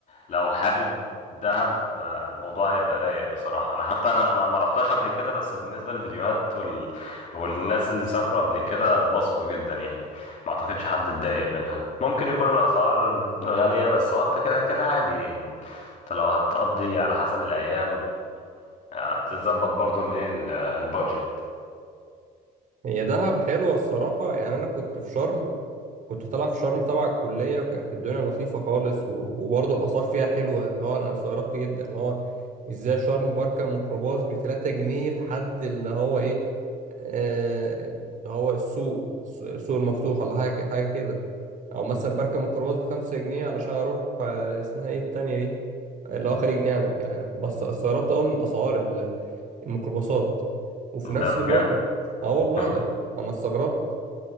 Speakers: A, on the left; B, on the right.
A: لو حابب دهب آه، الموضوع هيبقى رايق بصراحة انا حتى انا انا ما رحتش قبل كده بس بالنسبة للفيديوهات وال... والناس اللي سافروا قبل كده اتبسطوا جدا يعني ما اعتقدش حد اتضايق منها ممكن يكون الاسعار غالية بس هو انت كده كده عادي انت لو هتقضي على حسب الايام هتظبط برضو الايه ال- البادجت
B: هي دهب حلوة الصراحة يعني أنا كنت في شرم كنت طالع في شرم تبع الكلية وكانت الدنيا لطيفة خالص و... وبرضه الآثار فيها حلوة اللي هو أنا استغربت جدا اللي هو إزاي شرم بركب ميكروباص بتلاتة جنيه لحد اللي هو إيه آه، اللي هو السوق السوق السوق المفتوح ولا حاجة حاجة كده أو مثلا بركب ميكروباص بخمسة جنيه علشان أروح آه، اسمها إيه التانية دي اللي هو خليج نعمة يعني بس استغربت أوي من أسعار ال- الميكروباصات وفي نفس
A: ده بجد
B: الوقت اه والله
A: <laughs>
B: ده أنا أنا استغربت